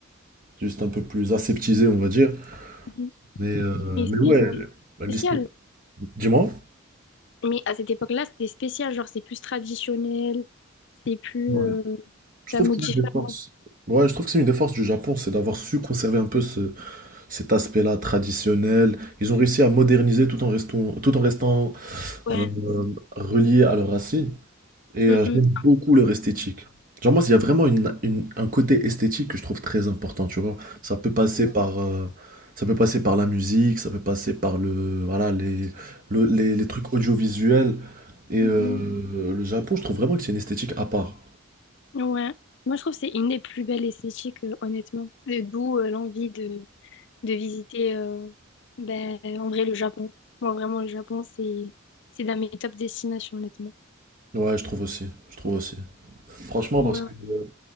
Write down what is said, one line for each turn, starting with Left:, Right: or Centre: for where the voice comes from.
Right: c'est juste un peu plus aseptisé, on va dire.
Left: Mhm.
Right: Mais, euh,
Left: mais
Right: mais ouais,
Left: c'est- c'est
Right: bah,
Left: spécial.
Right: l'esti- dis-moi.
Left: Mais à cette époque-là, c'était spécial. Genre, c'est plus traditionnel. C'est plus...
Right: Ouais.
Left: euh,
Right: Je
Left: T'as
Right: trouve
Left: un mot
Right: que c'est
Left: différent.
Right: une des forces. Ouais, je trouve que c'est une des forces du Japon, c'est d'avoir su conserver un peu ce, cet aspect-là traditionnel. Ils ont réussi à moderniser tout en restant, tout en restant
Left: Ouais.
Right: euh, reliés à leurs racines. Et
Left: Mhm.
Right: euh, j'aime beaucoup leur esthétique. Genre moi, il y a vraiment une- une- un côté esthétique que je trouve très important, tu vois. Ça peut passer par, euh, ça peut passer par la musique, ça peut passer par le, voilà, les, le- les, les trucs audiovisuels. Et euh,
Left: Mhm.
Right: le Japon, je trouve vraiment que c'est une esthétique à part.
Left: Ouais. Moi, je trouve que c'est une des plus belles esthétiques, euh, honnêtement. Et D'où euh, l'envie de, de visiter, euh, ben, en vrai, le Japon. Moi, vraiment, le Japon, c'est c'est dans mes top destinations, honnêtement.
Right: Ouais, je trouve aussi, je trouve aussi. Franchement,
Left: Ouais,
Right: parce que euh,